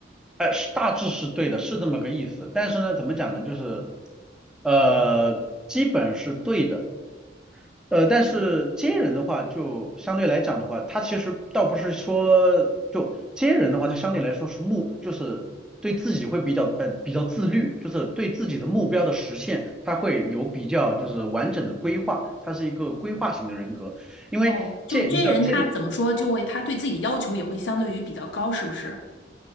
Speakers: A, in the centre; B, on the left.
A: 哎，是大致是对的，是这么个意思。但是呢，怎么讲呢？就是呃，基本是对的，呃，但是接人的话，就相对来讲的话，他其实倒不是说就接人的话，他相对来说是目，就是对自己会比较呃比较自律，就是对自己的目标的实现，他会有比较就是完整的规划，他是一个规划型的人格。因为借你知道借的
B: 哦，就 J 人他怎么说，就会他对自己的要求也会相对于比较高，是不是？